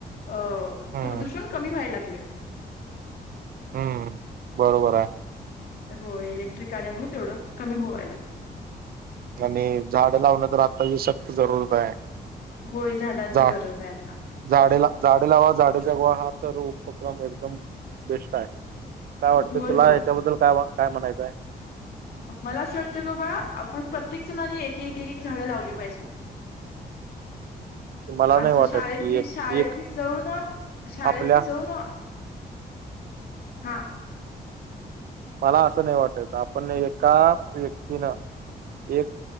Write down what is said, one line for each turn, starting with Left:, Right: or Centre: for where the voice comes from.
Left: अ-
Right: हम्म
Left: प्रदूषण कमी व्हायला लागलय.
Right: हम्म. बरोबर आहे.
Left: हो. इलेक्ट्रिक गाड्यामुळे तेवढं कमी व्हायला लागं-
Right: आणि झाड लावण तर आत्ताची सक्त जरूरत आहे.
Left: होय. झाडाची
Right: झा
Left: गरज आहे आता.
Right: झाडे ला झाडे लावा झाडे जगवा. हा तर उपक्रम एकदम बेस्ट आहे. काय वाटतं?
Left: होय
Right: तुला
Left: होय
Right: ह्याच्याबद्दल काय, काय म्हणायचंय?
Left: मला असं वाटतंय बाबा. आपण प्रत्येक जणानी एक- एक, एक -एक झाडं लावली पाहिजे.
Right: मला
Left: असं
Right: नाही वाटत
Left: शाळेतली.
Right: की एक
Left: शाळेत
Right: एक
Left: जाऊन, शाळेत
Right: आपल्या
Left: जाऊन- हा.
Right: मला असं नाही वाटत. आपण एका व्यक्तीनं एक-